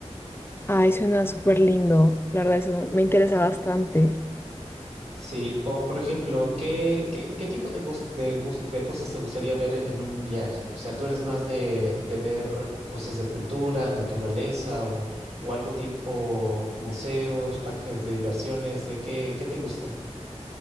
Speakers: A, on the left (about 20°); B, on the right (about 65°).
A: Ay, suena súper lindo. La verdad, eso me interesa bastante.
B: Sí, o por ejemplo, ¿qué, qué, qué tipo de, gus- de, gus- de cosas te gustaría ver en un viaje? O sea, ¿tú eres más de, de ver cosas de cultura, naturaleza o, o algo tipo museos, parques de diversiones? ¿De qué, qué te gusta?